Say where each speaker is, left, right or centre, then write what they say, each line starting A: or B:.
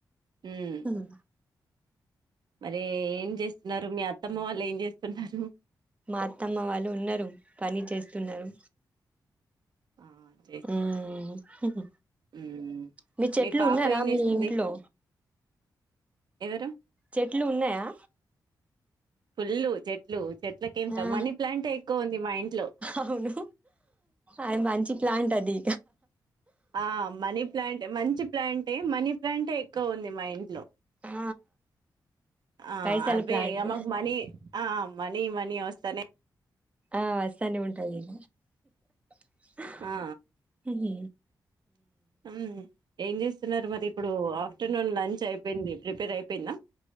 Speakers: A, on the right; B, on the right.
A: ఉమ్
B: మ్
A: మరి ఏం చేస్తున్నారు. మీ అత్తమ్మ వాళ్ళు ఏం చేస్తున్నారు.
B: మా అత్తమ్మ వాళ్ళు ఉన్నరు. పని చేస్తున్నారు.
A: ఆ చేస్తున్నారా
B: మ్
A: ఉమ్
B: మీ చెట్లు
A: పాప
B: ఉన్నాయా
A: ఏం
B: మీ
A: చేసింది
B: ఇంట్లో
A: ఎవరు
B: చెట్లు ఉన్నాయా
A: ఫుల్లు చెట్లు చెట్లకేంత
B: ఆ
A: మనీ ప్లాంటే ఎక్కువ ఉంది మా ఇంట్లో
B: అవును అది మంచి ప్లాంట్ అది
A: ఆ మనీ ప్లాంట్ మంచి ప్లాంటే మనీ ప్లాంటే ఎక్కువ ఉంది మా ఇంట్లో
B: ఆ
A: ఆ
B: పైసల
A: అవ్వే
B: ప్లాంట్
A: ఇగ మాకు మనీ ఆ మనీ మనీ వస్తనే
B: ఆ వస్తానే ఉంటదిగ మ్.
A: ఆ
B: హు
A: మ్ ఏం చేస్తున్నారు మరి ఇప్పుడు ఆఫ్ ఫ్టర్నూన్ లంచ్ అయిపోయింది ప్రిపేర్ అయిపోయింద